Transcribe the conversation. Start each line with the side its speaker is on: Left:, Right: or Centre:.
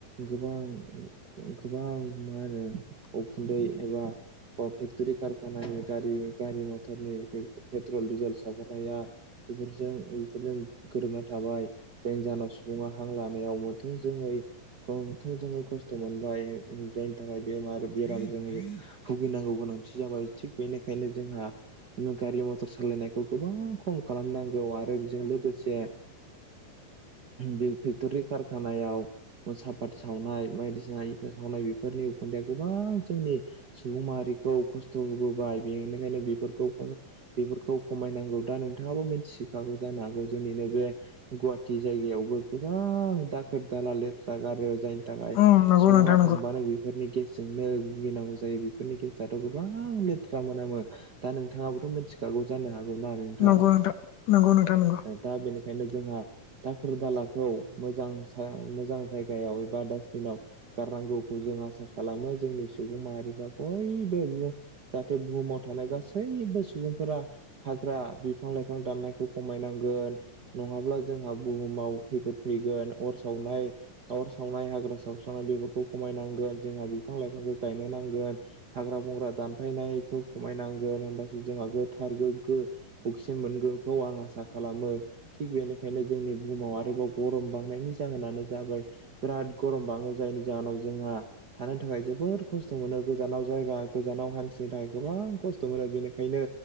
Right: गोबां गोबां मा होनो उखुन्दै एबा अ फेक्टि खखाना ने ग गारि मटारनि पेट्रल डिजेल सावगरनाया बेफोरजों बेफोरजों गोरोबना थाबाय। जोंनि जाहानाव सुबुङा हां लानायावमोन थोंजोङै थोंजोङै खस्थ' मोनबाय जायनि थाखाय बेमार बेराम ज। भुगिनांगौ गोनांथि जाबाय थिग बेनिखायनो जोंहा गारि मथर सालायनाय। खौ गोबां खम खालामनांगौ आरो बेजों लोगोसे बे फेक्टरि कारखानायाव सापात सावनाय बायदिसिना इथा सावनाय बेफोरनि उखोन्दआ गोबां जोंनि सुबुंङारि खस्थ' होबोबाय बेनिखायनो बेफोरखौ बेफोरखौ खमायनांगौ दा नोंथाङाबो मिथिखागौ जानो हागौ जोंनिनोै बे गुवाहाटिी जायगायावबो गोबां गोबां दाखोर दाला लेथ्रा गारियाव जायनि थाखाय
Left: ओं नंगौ
Right: सुबुङा
Left: नोंथां नंगौ
Right: थांबानो बेफोरनि गे जोंनो भुगिनांगौ जायो बेफोरनि गेजेरथ' गोबां लेथ्रा मोनामो दा नोंथाङाबोथ' मिथिखागौ। जानो हागौना नोंथां
Left: नंगौ नोंथां नंगौ नोंथां नंगौ
Right: दा बेनिखायनो जोंहा दाखोर दालाखौ म मोजां जायगायाव एबा दास्बिनाव गार नांगौखौ जों आसा खालामो जोंनि सुबुं माहारिफ्रा बयबो जाहाथे बुहुमाव थानाय गासैबो सुबुंफोरा हाग्रा बिफां लाइफां दाननायखौ खमायनांगोन नङाब्ला जोंहा बुहुमाव खैफोद ै सावनाय हाग्रा सावस्रांनाय बेफोरखौ खमायनांगोन जोंहा बिफां लाइ फांखौ गायनो नांगोन हाग्रा बंग्रा दानफायनायखौ खमायनांगोन होमबासो जोंहा गो थारलोगो अक्सिजेन मोनगोनखौ आं आसा खालामो थिग बेनिखायनो जोंनि बुहुमाव आरो गरम बांनायनि जाहोनानो जाबाय बिराद गरम बाङो जायनि जाहोनाव जोंहा थानो था ्खाय जोबोद खस्थ' मोनो गोजानाव जायगा गोजानाव हान्थिनो थाखाय गोबां खस्थ' मोनो बेनिखायनो